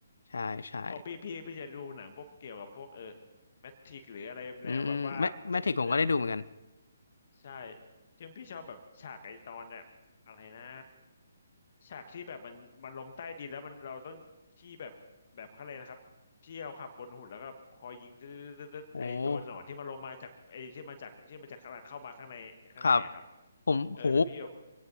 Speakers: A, on the left; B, on the left.
A: ใช่ใช่
B: อ๋อพี่พี่พี่จะดูหนังพวกเกี่ยวกับพวกเออแมทริกหรืออะไรแนวแบบว่า
A: อืมอืมแมแมทริกผมก็ได้ดูเหมือนกัน
B: แนว ใช่ซึ่งพี่ชอบแบบฉากไอตอนเนี่ยอะไรนะฉากที่แบบมันมันลงใต้ดินแล้วมันเราต้องที่แบบแบบเขาเลยกอะไรนะครับที่เราขับบนหุ่นแล้วก็คอยยิงตึ๊ดๆๆๆไอตัวหนอนที่มันลงมาจากไอที่มาจากที่มันจากข้างหลังเข้ามาข้างในข้างในอะครับ
A: โอ้ ครับผมโห
B: เออแล้วพี่แบบ